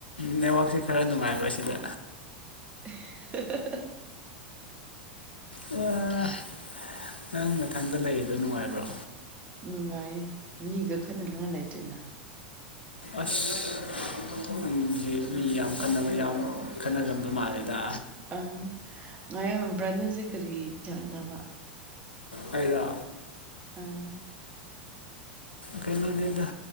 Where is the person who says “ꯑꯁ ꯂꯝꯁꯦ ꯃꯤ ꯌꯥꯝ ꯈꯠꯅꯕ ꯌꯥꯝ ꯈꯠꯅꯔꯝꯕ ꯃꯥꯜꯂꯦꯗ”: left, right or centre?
Left